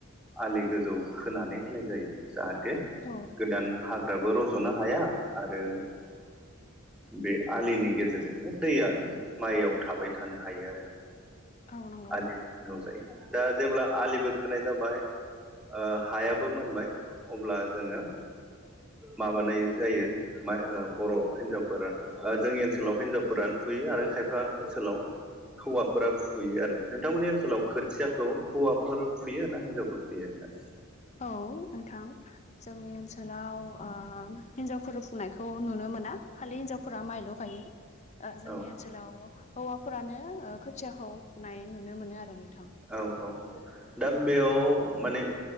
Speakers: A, in the centre; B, on the left.
A: आलि गोजौ खोनानै होनाय जायो जाहाथे
B: औ
A: गोदान हाग्राबो रज'नो हाया आरो बे आलिनि गेजेरजों दैया माइयाव थाबाय थानो हायो आरो
B: औ नंगौ
A: आलिबो खोनांगौ जायो दा जेब्ला आलिबो खोनाय जाबाय ओ हायाबो मोनबाय अब्ला जोङो माबानाय जायो मा बर' हिनजावफोरा जोंनि ओनसोलाव हिन्जावफोरानो फुयो आरो खायफा ओनसोलाव हौवाफोरा फुयो आरो नोंथांमोननि ओनसोलाव खोथियाखौ हौवाफोर फुयो ना हिनजावफोर फुयो नोंथां
B: औ नोंथां जोंनि ओनसोलाव आ हिनजावफोर फुंनायखौ नुनो मोना खालि हिनजाव फुरा माइल' गायो जोंनि
A: औ
B: ओनसोलाव हौवाफोरानो खोथियाखौ फुनाय नुनो मोनो आरो नों
A: औ-औ दा बेयाव माने